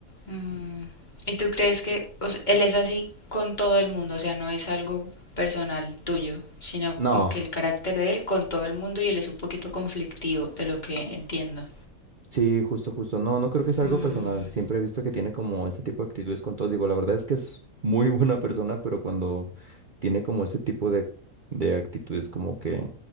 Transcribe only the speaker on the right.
No.
Sí, justo, justo. No, no creo que sea
algo personal. Siempre he visto que tiene como ese tipo de actitudes con todos. Digo, la verdad es que es muy <laughs> buena persona, pero cuando tiene como ese tipo de, de actitudes, como que,